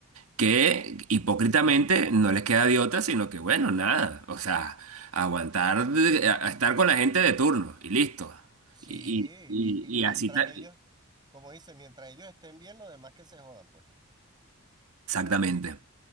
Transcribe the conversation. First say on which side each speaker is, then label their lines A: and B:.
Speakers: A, on the right; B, on the right.
A: que hipócritamente no les queda de otra, sino que bueno, nada, o sea, aguantar, de- a- a estar con la gente de turno y listo.
B: Sí,
A: Y, y-
B: y,
A: y-
B: y y mientras
A: y así, ta-
B: ellos, como dice, mientras ellos estén bien, los demás que se jodan, pues.
A: exactamente.